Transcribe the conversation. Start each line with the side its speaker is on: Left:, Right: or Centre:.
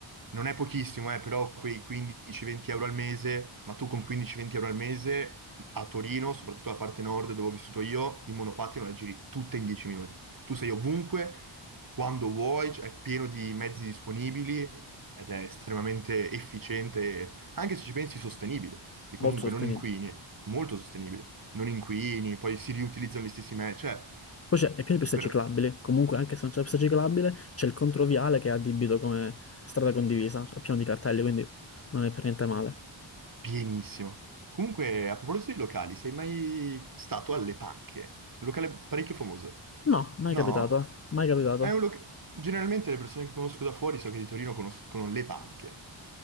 Right: non è pochissimo, eh, però quei 15-20 euro al mese, ma tu con 15-20 euro al mese a Torino, soprattutto la parte nord dove ho vissuto io, il monopattino la giri tutta in 10 minuti. Tu sei ovunque, quando vuoi, c- è pieno di mezzi disponibili ed è estremamente efficiente, anche se ci pensi sostenibile, perché comunque
Left: molto sostenibile.
Right: non inquini, molto sostenibile, non inquini, poi si riutilizzano gli stessi mezzi, cioè,
Left: Poi c'è il piano di piste
Right: davvero,
Left: ciclabili, comunque anche se non c'è la pista ciclabile c'è il controviale che è addibito come strada condivisa, cioè pieno di cartelli, quindi non è per niente male.
Right: pienissimo. Comunque, a proposito di locali, sei mai stato alle Panche? Un locale parecchio famoso.
Left: No, mai
Right: No?
Left: capitato, mai capitato.
Right: È un loc- Generalmente le persone che conosco da fuori, so che di Torino conoscono le Panche.